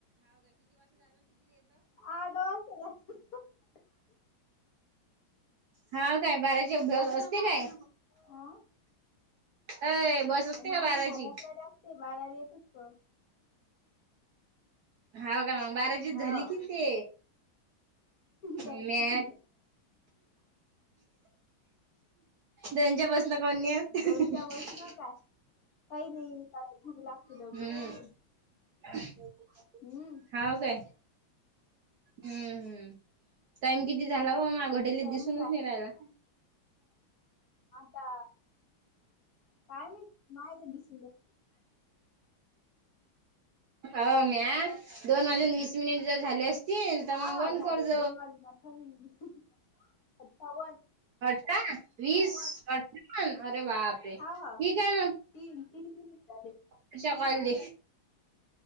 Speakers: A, on the left; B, on the right.
A: आठ वा <unintelligible>
B: हा काय बाराचे अभ्यास असते काय,
A: हा
B: अय बस असते
A: नाही
B: का बाराची?
A: साडे अकराला असते बाराला येत असत.
B: हा का मग बाराजी झाली
A: हो
B: की ते,
A: चल
B: म्या
A: <unintelligible>
B: दोनच्या बस करन <unintelligible>
A: दोनच्या बस ना काय काही नाही काय घूमी लागती
B: हम्म.
A: लवघू सकून.
B: हाव
A: हम्म
B: का हम्म! हम्म. टाइम किती झाला बघ? मा आघड्यालीत
A: टाइम
B: दिसूनच
A: काय
B: नाही रायला.
A: आता, काय माहित? माय दिसू
B: अं दोन वाजून वीस मिनिट जर झाले अस तन तर
A: हा
B: मग
A: हा
B: बंद
A: झाले
B: करज
A: दोन वाजून अठ्ठावीस अठ्ठावन्न
B: ठ वीस अठान अरे बापरे ठीक
A: हा हा
B: आहे मग
A: तीन तीन मिनिट झाले
B: बच्या कलली